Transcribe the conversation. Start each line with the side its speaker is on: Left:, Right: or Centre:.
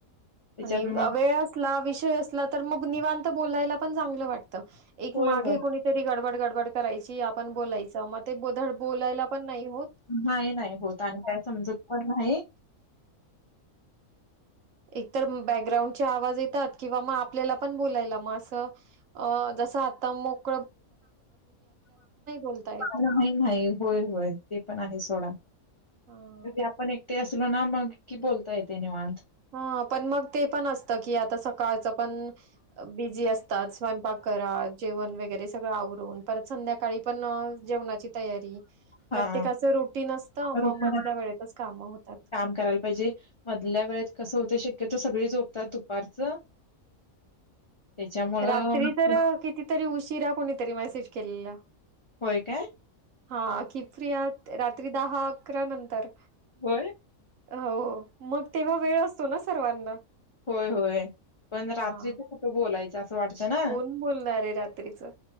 Left: त्याच्यात
Right: आणि वेळ
Left: मग
Right: अं असला विषय असला तर मग निवांत बोलायला पण चांगलं वाटतं. एक
Left: होय
Right: मागे
Left: होय.
Right: कोणीतरी गडबड गडबड करायची आपण बोलायच मग ते धड बोलायला पण नाही होत.
Left: नाही नाही होत आणि काय समजत पण नाही.
Right: एकतर बॅकग्राउंडचे आवाज येतात किंवा म आपल्याला पण बोलायला म असं अ जस आता मो -- बोलता येत.
Left: नाही नाही होय होय ते पण आहे सोडा
Right: हां.
Left: तरी आपण एक -- ते असलो ना मग की बोलता येते निवांत.
Right: हा पण मग ते पण असत की आता सकाळचं पण बिझी असतात स्वयंपाक करा जेवण वगैरे सगळं आवरून परत संध्याकाळी -- पण अ जेवणाची तयारी --
Left: हा
Right: प्रत्येकाच रुटीन असतं
Left: रुटीन
Right: म मधल्या वेळेतच काम होतात.
Left: काम करायला पाहिजे मधल्या वेळेत कसं होतय शक्यतो सगळी झोपतात दुपारचं. त्याच्यामुळं
Right: रात्री
Left: मग
Right: तर
Left: ते
Right: कितीतरी उशीरा कोणीतरी मसेज केलेला
Left: होय काय?
Right: हा की फ्री आहात रात्री दहा -- अकरा नंतर
Left: व्हय
Right: अ हो मग तेव्हा वेळ असतो ना स -- सर्वांना
Left: होय होय पण रात्रीच
Right: हां,
Left: कुठ बोलाय -- असं वाटतं ना
Right: कोण बोलणार आहे रात्रीचं?